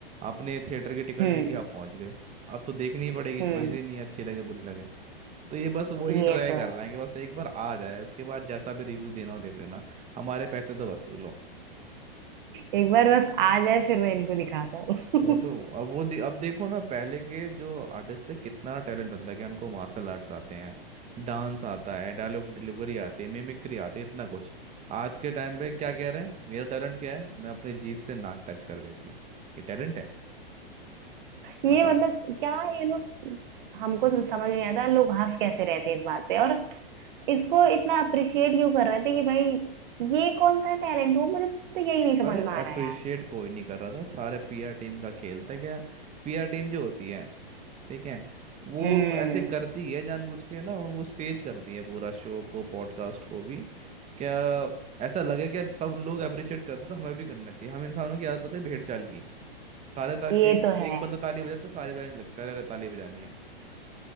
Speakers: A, on the right; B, on the right.
A: आपने थिएटर की टिकट
B: हम्म
A: ले ली आप पहुंच गए अब तो देखनी ही पड़ेगी
B: हम्म
A: चॉइस ही नहीं है, अच्छी लगे बुरी लगे तो ये बस वही
B: ये
A: ट्राई
B: तो
A: कर
B: है
A: रहे हैं कि बस एक बार आ जाए उसके बाद जैसा भी रिव्यू देना हो दे देना हमारे पैसे तो वसूलो
B: एक बार बस आ जाए फिर मैं इनको दिखाता हूँ
A: वही तो अब
B: <laughs>
A: वो दे, अब देखो ना पहले के जो आर्टिस्ट थे कितना टैलेंट होता है कि उनको मार्शल आर्ट्स आते हैं डांस आता है डायलॉग डिलीवरी आती है मिमिक्री आती है इतना कुछ आज के टाइम पे क्या कह रहे हैं मेरा टैलेंट क्या है मैं अपने जीभ से नाक टच कर देती हूँ ये टैलेंट है
B: ये
A: बताओ
B: मतलब क्या ये लोग हमको समझ नहीं आता लोग हंस कैसे रहते हैं इस बात पे और इसको इतना अप्रिशिएट क्यों कर रहे थे कि भाई ये कौन सा टैलेंट हुआ मुझे तो यही नहीं समझ
A: अरे
B: में आ
A: अप्रिशिएट
B: रहा यार
A: कोई नहीं कर रहा था सारे पीआर टीम का खेल था क्या पीआर टीम जो होती है ठीक है वो
B: हम्म
A: ऐसे करती है जानबूझ के ना उनको स्टेज करती है पूरा शो को पॉडकास्ट को भी क्या ऐसा लगे कि यार सब लोग अप्रिशिएट करते हैं, तो हमें भी करना चाहिए हम इंसानों की आदत होती है भेड़ चाल की सारे तार
B: ये
A: एक
B: तो
A: एक
B: है
A: बंदा ताली बजाता है, तो सारे बजाने लगता है अरे ताली बजानी है